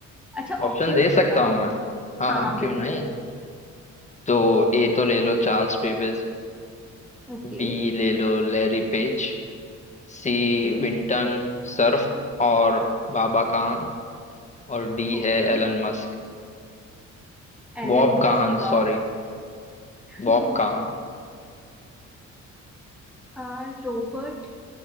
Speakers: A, in the centre; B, on the left.
A: अच्छा
B: ऑप्शन
A: ऑप्शंस
B: दे सकता
A: दो यार
B: हूँ मैं हाँ
A: हाँ
B: हाँ
A: हाँ
B: क्यों
A: बिल्कुल
B: नहीं तो ए तो ले लो चार्ल्स बेबेज
A: Okay
B: बी ले लो Larry Page C
A: okay
B: Vinton Cerf और बाबा काहन और डी
A: okay
B: है Elon Musk
A: Elon
B: Bob
A: Musk
B: Kahn
A: wow
B: sorry
A: <laughs>
B: Bob Kahn
A: आ, रोबर्ट